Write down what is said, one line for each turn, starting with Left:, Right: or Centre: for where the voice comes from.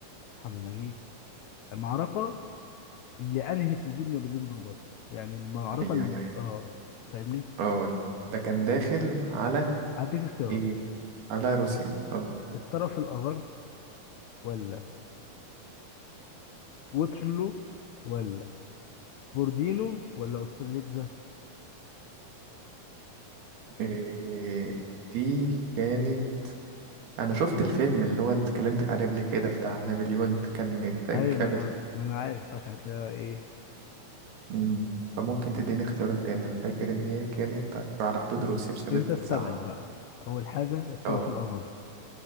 Left: محمد نجيب المعركة اللي انهت وجود نابليون بونابرت يعني المعركة
Right: أي
Left: ال...
Right: أي أي أي.
Left: اه فاهمني
Right: أه ده كان داخل على
Left: هديك اختيارات
Right: إيه على روسيا أه
Left: الطرف الاخر ولا ووترلو ولا بوردينو ولا استرليتزا
Right: إيه دي كانت أنا شفت الفيلم اللي هو اللي كلمتك عليه قبل كده بتاع نابليون اللي كان من إنتاج
Left: ايوه
Right: أبل
Left: ما انا ما انا عارف عشان كده ايه
Right: مم. فممكن تديني اختيارات تاني أنا فاكر إن هي كانت على حدود
Left: بص
Right: روسيا بسبب
Left: انت
Right: التسعة
Left: استبعد بقى اول حاجه الطرف
Right: أه
Left: الاخر